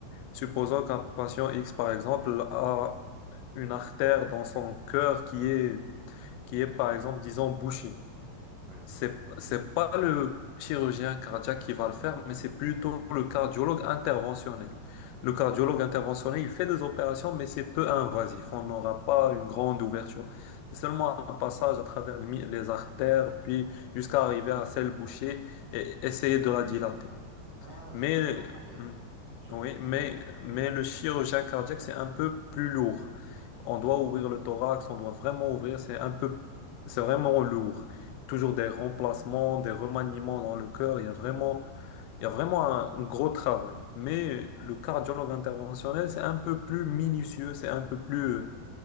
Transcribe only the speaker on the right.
oui.
Ah,
je, je comprends mieux.
Je
comprends
mieux, ouais.